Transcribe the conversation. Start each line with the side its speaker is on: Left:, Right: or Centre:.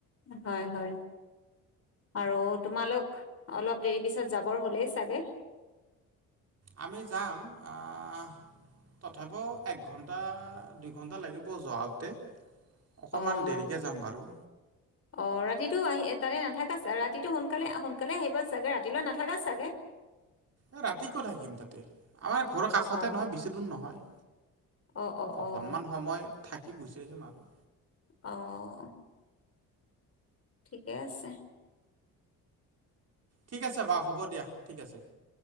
Left: হয়, হয়। আৰু তোমালোক অলপ দেৰি পিছত যাবৰ হ'লেই চাগে।
Right: আমি যাম আহ। তথাপিও একঘণ্টা, দুইঘণ্টা লাগিব যোৱাতে। অকণমান
Left: অ',
Right: দেৰিকৈ যাম বাৰু।
Left: অ, ৰাতিতটো আহি তাতে নাথাকা ছাগে ৰাতিটো সোনকালে সোনকালে আহিবা চাগে ৰাতিলৈ নাথাকা চাগে।
Right: এই ৰাতি কিয় থাকিম তাতে আমাৰ ঘৰৰ কাষতে
Left: অ',
Right: নহয় বেছি দূৰ নহয়।
Left: অ', অ', অ',
Right: অকণমান সময় থাকি গুচি আহিম আৰু।
Left: অ'। ঠিকে আছে।
Right: ঠিক আছে বাৰু হ'ব দিয়া ঠিক আছে।